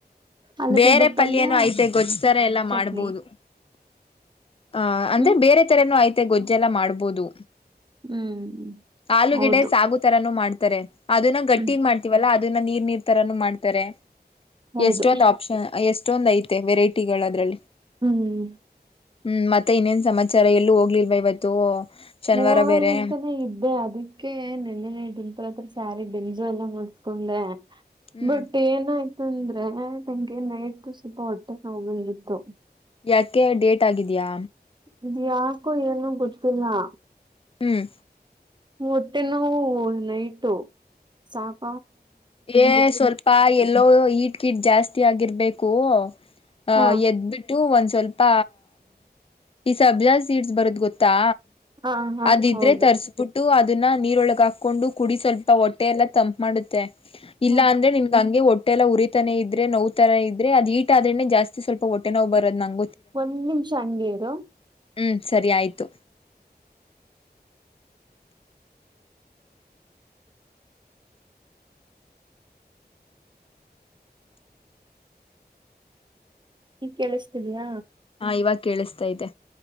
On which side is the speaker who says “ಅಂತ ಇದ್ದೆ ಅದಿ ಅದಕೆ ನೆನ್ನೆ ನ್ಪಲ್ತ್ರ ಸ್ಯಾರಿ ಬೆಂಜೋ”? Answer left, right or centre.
Right